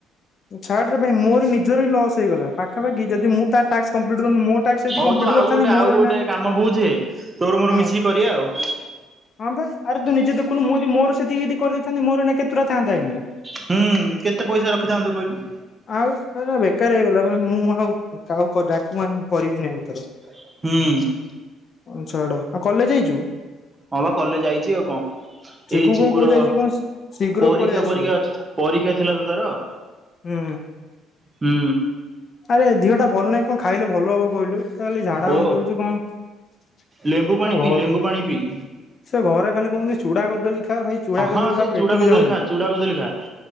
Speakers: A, on the left; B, on the right.
A: ଛାଡ଼ରେ ଭାଇ ମୋର ନିଜର ହିଁ ଲସ୍ ହେଇଗଲା ପାଖପାଖି ଯଦି ମୁଁ ତା ଟାସ୍କ କଂପ୍ଲିଟ୍ କରିନି ମୋ ଟାସ୍କ ଯଦି
B: ହଉ
A: କମ୍ପ୍ଲିଟ
B: ତୁ ଆଉ
A: କରିଥାନ୍ତି
B: ଗୋଟେ ଆଉ
A: ମୋର ଏଇନା
B: ଗୋଟେ କାମ ବୁଝେ ତୋର ମୋର
A: ହୁଁ
B: ମିଶିକି କରିବା ଆଉ।
A: ହଁ ବା ଆରେ ତୁ ନିଜେ ଦେଖୁନୁଁ ମୁ ଯଦି ମୋର ସେତିକି ଯଦି କରି ଦେଇଥାନ୍ତି ମୋର ଏନା କେତୁଟା ଥାନ୍ତା ଏଇନା।
B: ହୁଁ କେତେ ପଇସା ରଖିଥାନ୍ତୁ କହିଲୁ।
A: ଆଉ ଏରା ବେକାର ହେଇଗଲା ମୁଁ ଆଉ କାହାକୁ କ ଡାକ ଉ ଆ କରିବିନି ଆଉ ତାର।
B: ହୁଁ।
A: ହଁ ଛାଡ଼ ଆଉ କଲେଜ ଯାଇଛୁ?
B: ହଁ ବା କଲେଜ ଆଇଚି ଆଉ କଣ।
A: ଚିକୁ
B: ଏଇ ଚିକୁର
A: କଣ କହୁଛି ଆଜି କଣ ଶୀଘ୍ର
B: ପରୀକ୍ଷା,
A: ପଳେଇ ଆସିବ।
B: ପରୀକ୍ଷା ଅଛି ପରୀକ୍ଷା ଥିଲା ତ ତାର।
A: ହୁଁ
B: ହୁଁ
A: ଆରେ ଦେହ ଟା ଭଲ ନାହିଁ କଣ ଖାଇଲେ ଭଲ ହବ କହିଲୁ? ଖାଲି ଝାଡ଼ା,
B: ଓ
A: ବାନ୍ତି ହଉଚି କଣ
B: ଲେମ୍ବୁ ପାଣି ପିଇ
A: ଘ
B: ଲେମ୍ବୁ ପାଣି ପିଇ
A: ସେ ଘରେ ଖାଲି କହୁଚନ୍ତି ଚୁଡ଼ା, କଦଳୀ ଖାଆ ଭାଇ। ଚୁଡ଼ା, କଦଳୀ
B: ହଁ ସେ
A: ଶଳା ପେଟକୁ
B: ଚୁଡା କଦଳୀ
A: ଯାଉନି।
B: ଖା ଚୁଡା କଦଳୀ ଖା